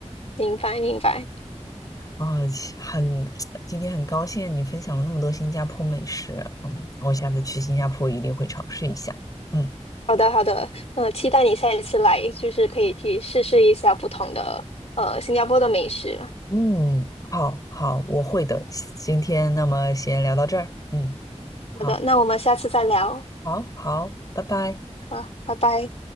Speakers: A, on the left; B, on the left.
A: 明白明白。
B: 啊、很，<tsk> 今天很高兴你分享了那么多新加坡美食，嗯，我下次去新加坡一定会尝试一下。嗯
A: 好的好的，呃，期待你下一次来，就是可以去试试一下不同的呃新加坡的美食。
B: 嗯，好好，我会的。今天那么先聊到这儿，嗯，好，
A: 好的，那我们下次再聊。
B: 好好，拜拜。
A: 啊，拜拜。